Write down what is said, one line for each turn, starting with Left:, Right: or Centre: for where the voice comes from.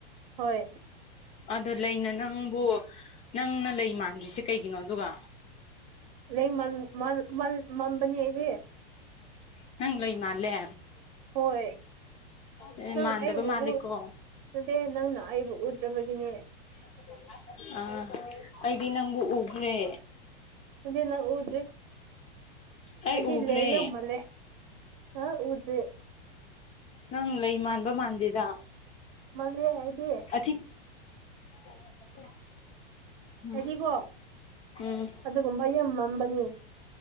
Right: ꯍꯣꯏ
Left: ꯑꯗ ꯂꯩꯅ ꯅꯪꯕꯨ ꯅꯪꯅ ꯂꯩ ꯃꯥꯟꯗ꯭ꯔꯤꯁꯦ ꯀꯩꯒꯤꯅꯣ ꯑꯗꯨꯒ
Right: ꯂꯩ ꯃꯜ ꯃꯥꯜ ꯃꯜ ꯃꯝꯕꯅꯤ ꯑꯩꯗꯤ꯫
Left: ꯅꯪ ꯂꯩ ꯃꯥꯜꯂꯦ
Right: ꯍꯣꯏ
Left: ꯑꯦ
Right: ꯅꯪ
Left: ꯃꯥꯟꯗꯕ
Right: ꯑꯩꯕꯨ
Left: ꯃꯥꯜꯂꯤꯀꯣ
Right: ꯎꯨꯠ ꯅꯠꯇꯦ ꯅꯪꯅ ꯑꯩꯕꯨ ꯎꯗ꯭ꯔꯤꯕꯒꯤꯅꯦ
Left: <unintelligible> ꯑꯥ ꯑꯩꯗꯤ ꯅꯪꯕꯨ ꯎꯈ꯭ꯔꯦ꯫
Right: ꯑꯩꯗꯤ ꯅꯪ ꯎꯗ꯭꯭ꯔꯤ
Left: ꯑꯩ
Right: ꯑꯩꯗꯤ
Left: ꯎꯈ꯭ꯔꯦ
Right: ꯂꯩ ꯌꯥꯝ ꯃꯥꯜꯂꯦ꯫ ꯍꯥ ꯎꯨꯗ꯭ꯔꯤ
Left: ꯅꯪ ꯂꯩ ꯃꯥꯟꯕ ꯃꯥꯟꯗꯦꯗ꯫
Right: ꯃꯥꯜꯂꯦ ꯑꯩꯗꯤ
Left: ꯑꯊꯤꯡ <unintelligible> ꯎꯝ
Right: ꯑꯩꯗꯤꯀꯣ
Left: ꯎꯝ
Right: ꯑꯗꯨꯒꯨꯝꯕ ꯌꯥꯝ ꯃꯝꯕꯅꯦ꯫